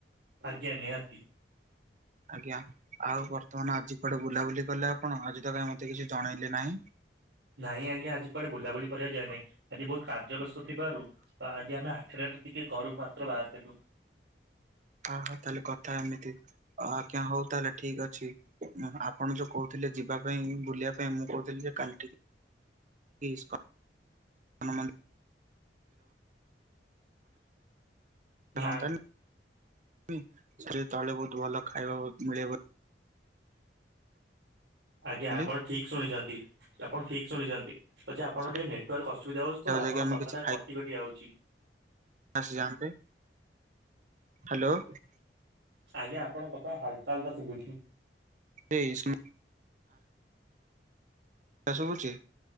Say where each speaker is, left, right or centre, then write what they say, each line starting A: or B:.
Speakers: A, on the right (about 80°); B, on the right (about 45°).
A: ଆଜ୍ଞା ନିହାତି।
B: ଆଜ୍ଞା ଆଉ ବର୍ତ୍ତମାନ ଆଜି କୁଆଡେ ବୁଲାବୁଲି କଲେ ଆପଣ ଆଜି ତ କାହିଁ ମତେ କିଛି ଜଣେଇଲେ ନାହିଁ?
A: ନାଇଁ ଆଜ୍ଞା ଆଜି କୁଆଡେ ବୁଲାବୁଲି କରିବାକୁ ଯାଏ ନାହିଁ ଆଜି ବୋହୁତ୍ କାର୍ଯ୍ୟ ବ୍ୟସ୍ତ ଥିବାରୁ ତ ଆଜି ଆମେ ହାଠଟାରେ ଟିକେ ଘରୁକୁ ମାତ୍ର ବାହାରିଥିଲୁ।
B: ହଁ ହଁ ତାହେଲେ କଥା ଏମିତି ଆଜ୍ଞା ହୋଉ ତାହାଲେ ଠିକ୍ ଅଛି ଆପଣ ଯୋଉ କୋହୁ ଥିଲେ ଯିବା ପାଇଁ ବୁଲିବା ପାଇଁ ମୁଁ କୋହୁଥିଲି ଯେ କାଲି ଟି <unintelligible>
A: ନା
B: ହ
A: ନା
B: ସେ ତଳେ ବୋହୁତ୍ ଭଲ ଖାଇବା ମିଳେ
A: ଆଜ୍ଞା
B: ବୋଲି
A: ଆପଣ ଠିକ ଶୁଣିଛନ୍ତି, ଆପଣ ଠିକ୍ ଶୁଣିଛନ୍ତି। ଆଛା ଆପଣଙ୍କ
B: ସେଠାକୁ
A: ଟିକେ ନେଟୱାର୍କ ଅସୁବିଧା ହୋଉଛି ତ ଆପଣଙ୍କ
B: ଯାଇକି ଆମେ
A: କଥାଟା
B: କିଛି
A: କଟି କଟି ଆଉଛି।
B: ଆସି ଯାନ୍ତେ ହ୍ୟାଲୋ।
A: ଆଜ୍ଞା ଆପଣଙ୍କ କଥା ହାଲ୍କା ହାଲ୍ତା ସୁବୁଛି।
B: ଏଇ ସୁନ ତାହେଲେ ସବୁଛି